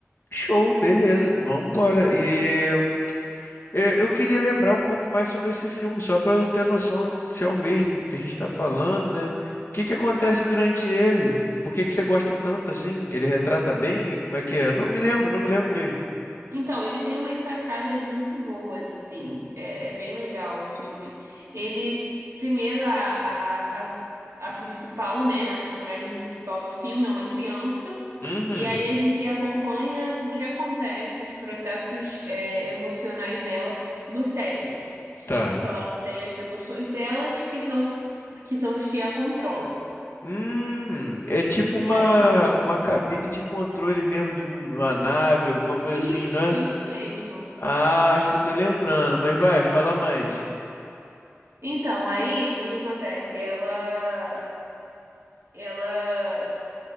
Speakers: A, on the left (about 50°); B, on the right (about 70°).
A: Show, beleza, vamos embora. E é, eu queria lembrar um pouco mais sobre esse filme, só para eu ter noção se é o mesmo que a gente está falando, né? O que que acontece durante ele? Por que que você gosta tanto assim? Ele retrata bem? Como é que é? Eu não me lembro, não me lembro mesmo.
B: Então, ele tem umas sacadas muito boas, assim. É, é bem legal o filme. Ele, primeiro, a, a, a, a principal, né? A personagem principal do filme é uma criança.
A: Uhum,
B: E aí a gente acompanha o que acontece, os processos, é, emocionais dela no cérebro.
A: tá.
B: Então, ela tem as emoções delas que são, que são os que a controlam.
A: Hum, é tipo
B: E
A: uma,
B: aí.
A: uma cabine de controle mesmo de um- uma nave, alguma coisa
B: Isso,
A: assim, não é?
B: isso mesmo.
A: Ah, acho que eu tô lembrando, mas vai, fala mais.
B: Então, aí, o que que acontece? Ela. Ela